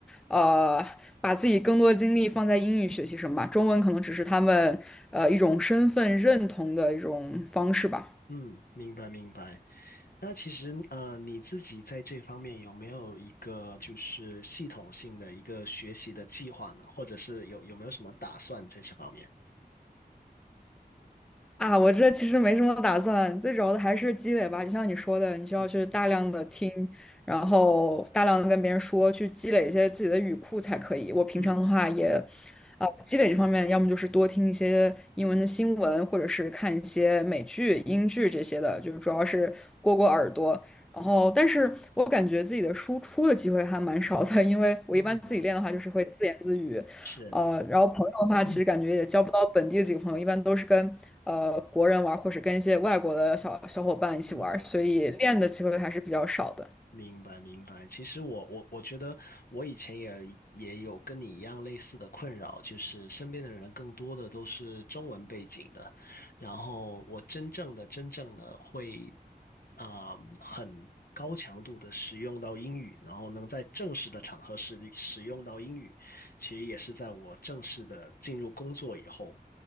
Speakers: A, in the centre; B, on the left.
A: 呃，把自己更多的精力放在英语学习上吧，中文可能只是他们呃一种身份认同的一种方式吧。
B: 嗯，明白明白。那其实呃，你自己在这方面有没有一个就是系统性的一个学习的计划呢？或者是有有没有什么打算在这方面？
A: 啊，我这其实没什么打算，最主要的还是积累吧。就像你说的，你需要去大量的听，
B: 嗯
A: 然后大量的跟别人说，去积累一些自己的语库才可以。我平常的话也，
B: 嗯
A: 啊、积累这方面，要么就是多听一些英文的新闻，或者是看一些美剧、英剧这些的，就是主要是过过耳朵。然后，但是我感觉自己的输出的机会还蛮少的，因为我一般自己练的话，
B: 嗯，好
A: 就是会自言自语，
B: 是，
A: 呃，然后朋友的话，
B: 嗯
A: 其实感觉也交不到本地的几个朋友，一般都是跟呃国人玩儿，或者跟一些外国的小小伙伴一起玩儿，
B: 嗯。
A: 所以练的机会还是比较少的。
B: 明白，明白。其实我我我觉得我以前也也有跟你一样类似的困扰，就是身边的人更多的都是中文背景的，然后我真正的真正的会啊、很高强度的使用到英语，然后能在正式的场合使使用到英语，其实也是在我正式的进入工作以后。